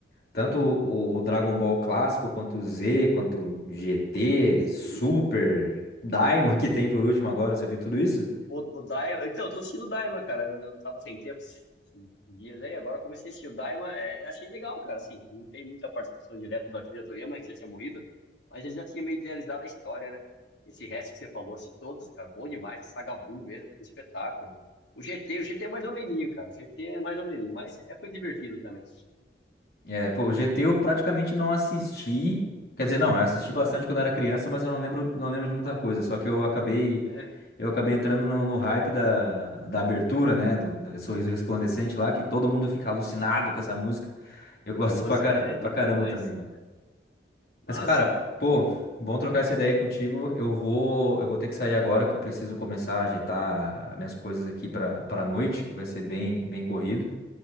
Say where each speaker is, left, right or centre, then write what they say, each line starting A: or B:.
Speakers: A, on the left (about 55°); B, on the left (about 80°).
A: tanto o, o Dragon Ball clássico, quanto o Z, quanto o GT,
B: Sim.
A: Super, Daima, <laughs> que tem por último agora, você viu tudo isso?
B: O, o Daima. Então, eu tô assistindo o Daima, cara. Eu tava sem tempo esses, esses dias aí, agora eu comecei a assistir. O Daima, é, achei legal, cara. Assim, não tem muita participação direta do Akira Toriyama, que já tinha morrido, mas ele já tinha meio idealizado a história, né? Esse resto que você falou, assim, todos, cara, bom demais. A Saga Buu mesmo, um espetáculo. O GT, o GT é mais ou meninho, cara. O GT é mais ou meninho, mas é, foi divertido também.
A: É, pô, o GT eu praticamente não assisti. Quer dizer, não, eu assisti bastante quando era criança, mas eu não lembro, não lembro de muita coisa. Só que eu acabei,
B: É,
A: eu acabei entrando no, no hype da, da abertura, né? Do, do Sorriso Resplandecente lá, que todo mundo fica alucinado com essa música. Eu gosto
B: a música
A: pra, cara,
B: é linda
A: pra caramba
B: demais.
A: também, né?
B: Massa.
A: Mas, cara, pô, bom trocar essa ideia contigo. Eu vou, eu vou ter que sair agora, que eu preciso começar a ajeitar minhas coisas aqui pra, pra noite, que vai ser bem, bem corrido.